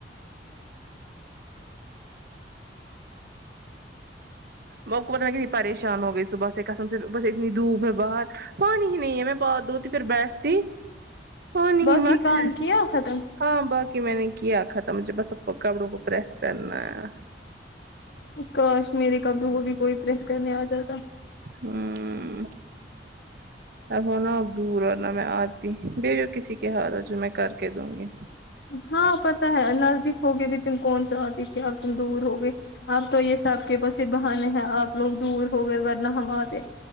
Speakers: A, on the right; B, on the left.
A: وہ کوت میں ہے پریشان ہو گئی صبح سے قسم سے بس اتنی دھوپ ہے باہر پانی ہی نہیں ہے میں پاؤں دو تھی پھر بیٹھتی پانی
B: بقی
A: ہی مت
B: کام کی ہو ختم
A: ہاں باقی میں نے کیا ختم مجھے بس کپڑوں کو پریس کرنا ہے
B: کش میرے کپڑوں کو بھی کوئی پریس کرنے آ جاتا
A: ہاں اب ہونا اب دور اور نا میں آتی بھجوا جو کسی کے ہاتھ ہے جو میں کر کے دوں گی
B: ہاں پتا ہے نزدیک ہوگے بھی تم کون سا آتی تھی اپ تم دور ہو گئے آپ تو یہ سب آپ کے پاس یہ بہان ہے آپ لوگ دور ہو گئے ورنہ ہم اتے